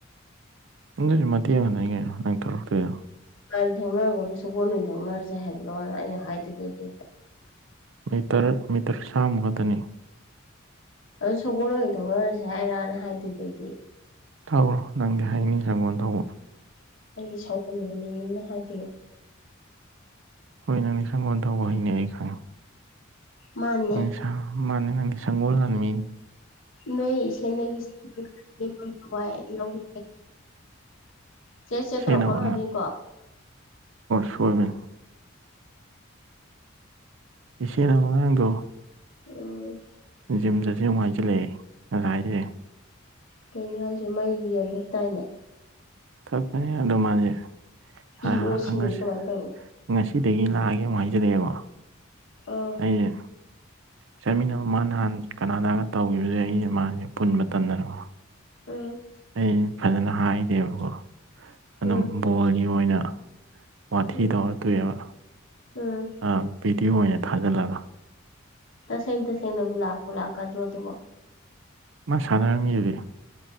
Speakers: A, on the right (about 65°); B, on the left (about 70°).
A: ꯑꯗꯨꯑꯣꯏꯁꯨ ꯃꯇꯦꯡ ꯑꯃꯈꯛꯇꯅꯤ ꯀꯩꯅꯣ ꯅꯪ ꯊꯣꯔꯛꯇꯨꯏꯗꯣ
B: ꯒꯥꯔꯤ ꯊꯧꯅꯔꯒꯨꯝꯁꯤ ꯁꯒꯣꯜ ꯑꯣꯏꯅ ꯊꯧꯅꯔꯁꯦ ꯍꯥꯏꯕ꯭ꯔꯣꯅ ꯑꯩꯅ ꯍꯥꯏꯗꯨꯏꯕ ꯑꯩꯗꯤ
A: ꯃꯤꯇꯔ ꯃꯤꯇꯔ ꯆꯥꯝꯃꯨꯛ ꯈꯛꯇꯅꯤ
B: ꯑꯗꯨ ꯁꯒꯣꯜ ꯑꯣꯏꯅ ꯊꯧꯅꯔꯁꯦ ꯍꯥꯏꯔꯅ ꯍꯥꯏꯗꯨꯏꯕ ꯑꯩꯗꯤ
A: ꯊꯧꯔꯣ ꯅꯪꯗꯤ ꯍꯩꯅꯤ ꯁꯒꯣꯜ ꯊꯧꯕ
B: ꯑꯩꯗꯤ ꯁꯥꯎꯒꯟꯕ ꯃꯤꯅꯤꯅ ꯍꯥꯏꯗꯨꯏꯕ
A: ꯍꯣꯏ ꯅꯪꯗꯤ ꯁꯒꯣꯜ ꯊꯧꯕ ꯍꯩꯅꯤ ꯑꯩ ꯈꯪꯏ
B: ꯃꯥꯅꯦ
A: <unintelligible> ꯃꯥꯅꯤ ꯅꯪꯗꯤ ꯁꯪꯒꯣꯜ ꯂꯥꯟꯃꯤꯅꯤ
B: ꯅꯣꯏ ꯏꯁꯦꯟꯗꯒꯤ ꯍꯋꯥꯏ ꯂꯧꯒꯦ ꯆꯦꯠ ꯆꯦꯠ
A: ꯁꯦꯟꯅꯕ
B: ꯇꯧꯔꯛꯀꯅꯣ ꯍꯥꯏꯕꯅꯤꯀꯣ
A: ꯁꯣꯏꯕꯅꯦ ꯏꯆꯦꯅ ꯃꯉꯥꯡꯗꯣ
B: ꯑ
A: ꯖꯤꯝ ꯆꯇꯁꯤ ꯑꯃꯨꯛ ꯍꯥꯏꯖꯤꯜꯂꯛꯑꯦ ꯉꯁꯥꯏꯖꯦ
B: ꯀꯩꯅꯣ ꯍꯥꯏꯖꯦ ꯃꯩ ꯌꯨ ꯌꯥꯝ ꯊꯛ ꯇꯥꯏꯅꯦ
A: ꯊꯛꯄꯅꯦ ꯑꯗꯨꯝ ꯃꯥꯗꯤ <unintelligible>
B: ꯏ ꯑꯣ ꯁꯤꯗꯤ ꯀꯃꯥꯏꯅ ꯇꯧꯅꯤ
A: ꯉꯁꯤ ꯁꯤꯗꯒꯤ ꯂꯥꯛꯑꯒꯦ ꯑꯃꯨꯛ ꯍꯥꯏꯖꯟꯂꯛꯑꯦ ꯑꯃꯨꯛ
B: ꯑꯥ
A: ꯑꯩꯖꯦ ꯆꯠꯃꯤꯟꯅꯕ ꯃꯥ ꯅꯍꯥꯟ ꯀꯅꯥꯗꯥꯒ ꯇꯧꯒꯤꯕꯗꯒꯤ ꯑꯩꯅ ꯃꯥꯖꯦ ꯄꯨꯟꯕ ꯇꯗꯅꯀꯣ
B: ꯎꯝ
A: ꯑꯩꯅꯅꯤ ꯐꯖꯅ ꯍꯥꯏꯗꯦꯕꯀꯣ ꯑꯗꯨꯝ
B: ꯎꯝ
A: ꯕꯣꯜꯒꯤ ꯑꯣꯏꯅ ꯋꯥꯊꯤ
B: ꯎꯝ
A: ꯇꯧꯔꯒ ꯇꯣꯛꯑꯦꯕ
B: ꯎꯝ
A: ꯑ ꯚꯤꯗꯤꯑꯣ ꯑꯣꯏꯅ ꯊꯥꯖꯜꯂꯒ
B: ꯇꯁꯦꯡ ꯇꯁꯦꯡꯅꯕꯨ ꯂꯥꯛꯄꯨ ꯂꯥꯛꯀꯗꯔꯣ ꯑꯗꯨꯕꯣ
A: ꯃꯥ ꯁꯥꯟꯅꯔꯝꯃꯤꯗꯨꯗꯤ